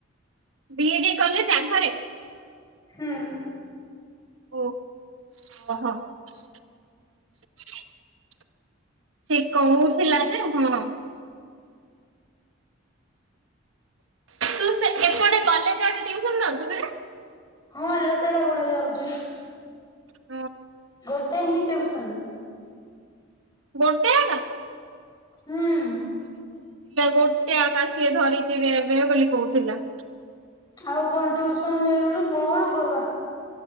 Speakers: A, on the right (about 80°); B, on the left (about 20°).
A: ବିଏଡ଼ି କଲେଜ ଆଗରେ।
B: ହୁଁ।
A: <inaudible> ସେ କହୁଥିଲା ଯେ ହଁ। ତୁ ସେ ଏପଟେ କଲେଜ ଆଡେ ଟିଉସନ୍‌ ଯାଉଚୁ କିରେ।
B: ହଁ ଲୋ ତେରାଗୁଡା ଯାଉଚି।
A: <unintelligible>
B: ଗୋଟେ ହିଁ। <inaudible>
A: <inaudible> ଥିଲା
B: ହୁଁ
A: ଗୋଟେ ଆକା ସିଏ ଧରିଚି ରେ ଏବେ ବୋଲି କହୁଥିଲା।
B: ଆଉ କଣ ଟିଉସନ ମିଳୁନି କଣ କରବା।